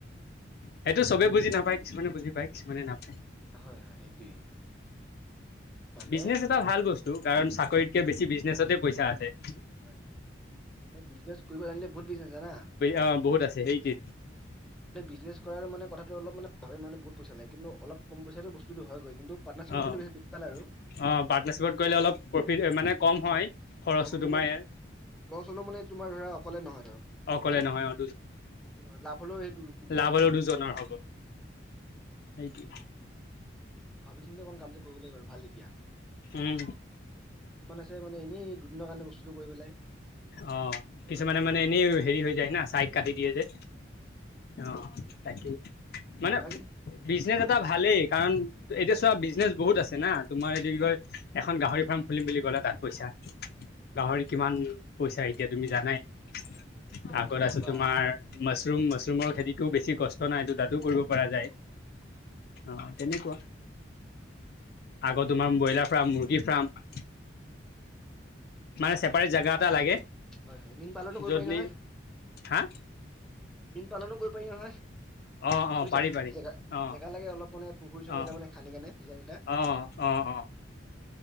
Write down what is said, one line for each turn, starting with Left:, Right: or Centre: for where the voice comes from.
Left: সেইটো চবেই বুজি নাপায় কিছুমানে বুজি পায় কিছুমানে নাপায়।
Centre: হয় - হয় সেইটোৱেই নাই মানুহে
Left: বিজনেছ এটা ভাল বস্তু কাৰণ চাকৰিতকে বেছি বিজনেছতেই পইচা আছে। অ
Centre: হয় হয় মানে বিজনেছ কৰিব জানিলে বহুত বিজনেছ জানা।
Left: - অ বহুত আছে এই এইটো
Centre: মানে বিজনেছ কৰাাৰ মানে কথাটো অল মানে ভাবে মানে বহুত পইচা লাগে কিন্তু অল ক পইচাটো বস্তুটো হয়গৈ কিন্তু পাৰ্টনাৰশ্বিপত
Left: অ অ
Centre: কৰিলে বেছি ভাল আৰু
Left: পাৰটনাৰশ্বিপত গলে অলপ প্ৰফিট মানে কম হয় খৰচটো
Centre: কম মানে
Left: তোমাৰ ইয়াৰ
Centre: লছ হলেও মানে তোমাৰ ধৰা অকলে নহয় ধৰক
Left: অকলে
Centre: হয়নেে
Left: নহয় অ
Centre: দু লাভ হলেও সেই দু
Left: লাভৰো দুজনৰ হ'ব
Centre: উম
Left: থকউ
Centre: কামটো কৰিব লাগিব ভাল তেতিয়া কিছুমান
Left: উম
Centre: আছে মানে এনেই দুদিনৰ বস্তুটো কৰি পেলাই হেৰি কৰি পেলাই
Left: অ কিছুমানে মানে এনেই হেৰি হৈ যায় না ছাইড কাটি দিয়ে যে
Centre: হয় হয়
Left: অ তাকেই মানে
Centre: বাকী
Left: বিজনেচ
Centre: হা
Left: এটা ভালেই কাৰণ এতিয়া চোৱা বিজনেছ বহুত আছে না তোমাৰ এদি কয় এখন গাহৰি ফাৰ্ম খুলিম বুলি ক'লে তাত পইচা
Centre: হয়
Left: গাহৰি কিমান পইচা এতিয়া তুমি জানাই
Centre: হয় গাড়ীৰ পইচাটো
Left: আগত
Centre: বহুত দাম
Left: আছো
Centre: বা
Left: তোমাৰ ম মাছৰুম মাছৰুমৰ খেতিতটোও বেছি কষ্ট নাই ত তাতো কৰিব পৰা যায়
Centre: হয় হয়
Left: অ তেনেকুৱা
Centre: আহ
Left: আগত তোমাৰ ব্ৰইলাৰ ফাৰ্ম মুৰ্গী ফাৰ্ম
Centre: অ
Left: মানে চছেপাৰেট জোগা এটা লাগে
Centre: হয় হয় মীন পাল্নটো কৰিব
Left: য'ত
Centre: পাৰি
Left: নি
Centre: নহয়
Left: হা
Centre: বিীন পালনো কৰিব পাৰি নহয়
Left: অ অ
Centre: বুজিছা
Left: পাৰি পাৰি
Centre: জেগা
Left: অ
Centre: জেগা লাগে অলপ মানে পুখুৰী চখুৰ
Left: অ
Centre: এ মানে খান্দি কেনেে ফিচাৰীটা
Left: অ অ অ